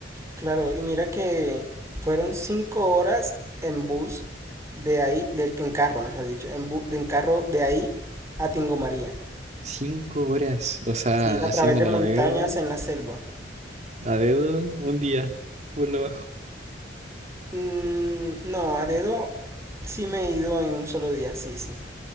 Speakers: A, on the right; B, on the right.
A: Claro, y mira que fueron cinco horas en bus de ahí, de, en carro, mejor dicho, en, bu- de, en carro de ahí a Tingo María.
B: Cinco horas, o sea,
A: Sí, a través
B: haciéndolo
A: de montañas
B: a dedo,
A: en la selva.
B: a dedo, un día, por lo bajo.
A: Mm, no, a dedo sí me he ido en un solo día, sí, sí.